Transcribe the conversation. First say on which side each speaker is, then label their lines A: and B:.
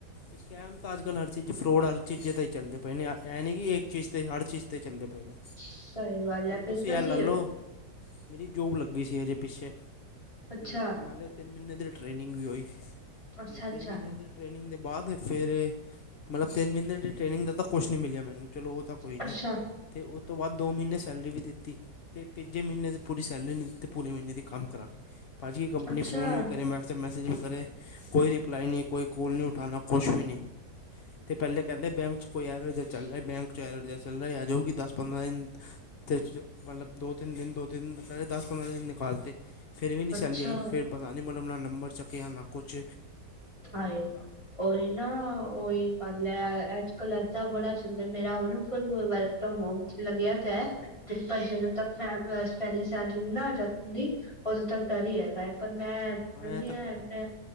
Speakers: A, on the left; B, on the left.
A: ਅੱਜ ਸਕੈਮ ਤਾਂ ਅੱਜ-ਕੱਲ ਹਰ ਚੀਜ਼ ਫਰੋਡ, ਹਰ ਚੀਜ਼ ਤ ਈ ਚੱਲਦੇ ਪਏ ਨੇ ਐ ਨਈ ਕਿ ਇੱਕ ਚੀਜ਼ ਤੇ ਹਰ ਚੀਜ਼ 'ਤੇ ਚੱਲਦੇ ਪਏ ਨੇ।
B: ਸਹੀ ਗੱਲ ਹੈ
A: ਹੁਣ
B: ਬਿਜਨਸ
A: ਤੁਸੀਂ ਐ ਲਾ
B: ਹੀ
A: ਲਓ। ਮੇਰੀ ਜੋਬ ਲੱਗੀ ਸੀ, ਅਜੇ ਪਿੱਛੇ
B: ਅੱਛਾ
A: ਅਤੇ ਨਾਲੇ ਤਿੰਨ ਮਹੀਨੇ ਦੀ ਟ੍ਰੇਨਿੰਗ ਵੀ ਹੋ
B: ਅੱਛਾ
A: ਤੇ
B: ਅੱਛਾ
A: ਤਿੰਨ ਮਹੀਨਿਆਂ ਦੀ ਟ੍ਰੇਨਿੰਗ ਦੇ ਬਾਅਦ। ਫਿਰ ਮਤਲਬ ਤਿੰਨ ਮਹੀਨੇ ਦੀ ਟ੍ਰੇਨਿੰਗ ਦਾ ਤਾਂ ਕੁਛ ਨਹੀਂ ਮਿਲਿਆ ਮੈਨੂੰ। ਚਲੋ ਉਹ ਤਾਂ ਕੋਈ ਨਈ
B: ਅੱਛਾ
A: ਅਤੇ ਉਸ ਤੋਂ ਬਾਅਦ ਦੋ ਮਹੀਨੇ ਸੈਲਰੀ ਵੀ ਦਿੱਤੀ। ਅਤੇ ਤੀਜੇ ਮਹੀਨ ਦੀ ਪੂਰੀ ਸੈਲਰੀ ਨਹੀਂ ਦਿੱਤੀ ਤੇ ਪੂਰੇ ਮਹੀਨੇ ਦੀ ਕੰਮ ਕਰਾਕੇ। ਭਾਜੀ ਏ ਕੰਪਨੀ
B: ਅੱਛਾ ਅੱਛਾ
A: ਫੋਨ ਵੀ ਕਰੇ ਮੈਂ ਕਿਹਾ ਤੇ ਮੈਸੇਜ ਵੀ ਕਰੇ ਕੋਈ। ਰਿਪਲਾਈ ਨਹੀਂ, ਕੋਈ ਕੋਲ ਨਹੀਂ ਉਠਾਉਣਾ ਕੁਛ ਵੀ ਨਈ ਤੇ ਪਹਿਲੇ ਕਹਿੰਦੇ ਬੈਂਕ ' ਕੋਈ ਐਰਰ
B: ਅੱਛਾ
A: ਚੱਲ ਰਿਹਾ। ਬੈਂਕ 'ਚ ਐਰਰ ਚੱਲ ਰਿਹਾ ਜੋ ਵੀ ਦਸ ਪੰਦਰਾਂ ਦਿਨ ਅਤੇ ਮਤਲਬ ਦੋ ਤਿੰਨ ਦਿਨ, ਦੋ ਤਿੰਨ ਦਿ ਦਸ ਪੰਦਰਾਂ ਦਿਨ ਨਿਕਾਲਤੇ ਫਿਰ ਵੀ ਨਹੀਂ
B: ਅੱਛਾ।
A: ਸੈਲ ਰੀ ਆਈ ਫਿਰ ਪਤਾ ਨੀ ਮਲ ਹਮ ਨਾਲ ਨੰਬਰ ਚੱਕਿਆ ਨਾ ਕੁਚ
B: ਹਾਂਏ ਰ ਨਾ ਉਹ ਓਹੀ ਪ ਲਿਆ ਅੱਜ ਕਲ ਅੱਧਾ ਬੜਾ ਚੁੰ ਮੇਰਾ ਉਹਨੂੰ ਫ ਵਰਕ ਫਰੋਮ ਹੋਮ ਲੱਗਿਆ ਤਾਂ ਹੈ ਤੇ ਪਰ ਜਦੋਂ ਤੱਕ ਪਹਿਲੀ ਸੈਲਰੀ ਨੀ ਆ ਜਾਦੀ ਕਦੀ ਉਦੋਂ ਤੱਕ ਡਰ ਹੀ ਹੈਗਾ ਹੈ। ਪਰ, ਮੈਂ ਕਹਿੰਦੀ
A: ਇਹ ਤਾਂ
B: ਹਾਂ
A: ਕਰ ਲਈ
B: ਮੈਂ